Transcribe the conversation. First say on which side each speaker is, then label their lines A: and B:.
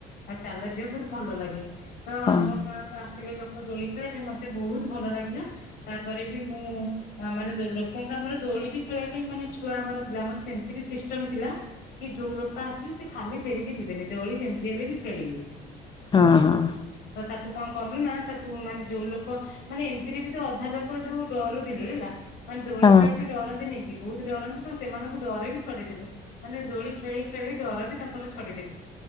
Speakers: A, on the left; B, on the left.
A: ଆଉ ଚାଲ ଯିବା ବହୁତ ଭଲ ଲାଗେ। ତ
B: ହଁ
A: ଆମ ଗାଁ। ତ ଆସିଲେ ଲୋକ ଦୋଳି ଖେଳିବା ପାଇଁ ମତେ ବହୁତ ଭଲ ଲାଗିଲା ତାପରେ ବି ମୁଁ ଆ ମାନେ ଦୋ ଲୋକଙ୍କୁ ଆମର ଦୋଳି ବି ଖେଳିବା ପାଇଁ ମାନେ ଛୁଆ ଆମର ଥିଲେ ଆମର ସେମିତି ସିଷ୍ଟ ସିଷ୍ଟମ୍ ଥିଲା କି ଯୋଉ ଲୋକ ଆସିବେ ସେ ଖାଲି ଫେରିକି ଯିବେନି ଦୋଳି ଯେମିତି ହେଲେ ବି ଖେଳିବେ।
B: ହଁ ହଁ
A: ତ ତାକୁ କଣ କଲୁ ନା ତାକୁ ମାନେ ଯୋଉ ଲୋକ ମାନେ ଏମିତିରେବି ତ ଅଧା ଲୋକ ଯୋଉ ଡରୁଥିଲେ ହେଲା। ମାନେ ଦୋଳି
B: ହଁ
A: ଖେଳିବା ପାଇଁ ଡରନ୍ତିନିକି ବହୁତ ଡରନ୍ତି ତ ସେମାନଙ୍କୁ ଡର ବି ଛଡେଇଦେବେ। ମାନେ ଦୋଳି ଖେଳି ଖେଳି ଡର ବି ତାଙ୍କର ଛଡେଇଦେବେ।